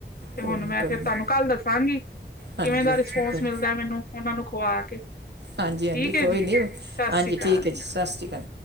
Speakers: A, on the left; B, on the right.
A: ਤੇ
B: ਕੋਈ
A: ਹੁਣ
B: ਨਹੀਂ
A: ਮੈਂ
B: ਕੋਈ
A: ਫਿਰ
B: ਨਹੀਂ
A: ਧਾਨੂੰ ਕੱਲ ਦਸਾਂਗੀ। ਕਿਵੇਂ
B: ਹਾਂਜੀ
A: ਦਾ
B: ਅੱਛਾ
A: ਰਿਸਪੋਂਸ
B: ਕੋਈ
A: ਮਿਲਦੈ, ਮੈਨੂੰ ਉਨਾਂ ਨੂੰ ਖਵਾ ਕੇ।
B: ਹਾਂਜੀ-ਹਾਂਜੀ
A: ਠੀਕ ਹੈ
B: ਕੋਈ
A: ਜੀ।
B: ਨੀਂ
A: ਸਤਿ
B: ਆਂਜੀ
A: ਸ੍ਰੀ ਅਕਾਲ
B: ਠੀਕ ਐ ਜੀ ਸਾਸਰੀਕਾਲ।